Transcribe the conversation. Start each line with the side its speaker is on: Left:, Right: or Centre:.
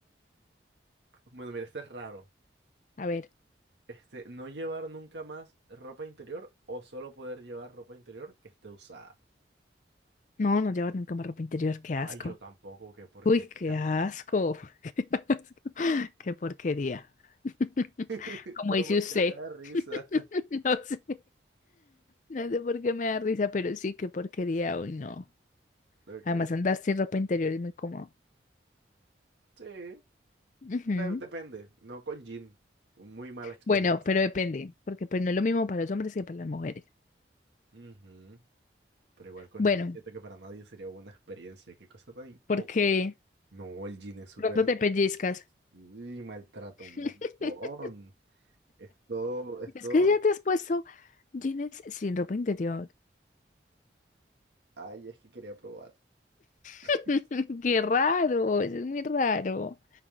Right: <laughs> Bueno, mira, este es raro.
Left: A ver,
Right: Este, no llevar nunca más ropa interior o solo poder llevar ropa interior que esté usada.
Left: no, no llevar nunca más ropa interior, qué asco.
Right: Ay, yo tampoco, qué porquería.
Left: Uy, qué asco, <laughs> qué asco, qué porquería. <laughs>
Right: <laughs>
Left: Como
Right: Pero
Left: dice
Right: porque
Left: usted,
Right: me da risa.
Left: <laughs>
Right: <laughs>
Left: no sé, no sé por qué me da risa, pero sí, qué porquería, uy, no.
Right: Ok.
Left: Además, andar sin ropa interior es muy cómodo.
Right: Sí, de-
Left: Ujú.
Right: depende. No con Jin Muy mala experiencia.
Left: Bueno, pero depende, porque pues no es lo mismo para los hombres que para las mujeres.
Right: Ujú. Pero igual con
Left: Bueno,
Right: Jin siento que para nadie sería buena experiencia. Qué cosa tan incómoda.
Left: porque
Right: No, el Jin es súper...
Left: pronto te pellizcas.
Right: Y maltrata
Left: <laughs>
Right: un montón. Es todo, es
Left: Es
Right: todo...
Left: que ya te has puesto jeans sin ropa interior.
Right: Ay, es que quería probar. <laughs>
Left: <laughs> Qué raro, eso es muy raro.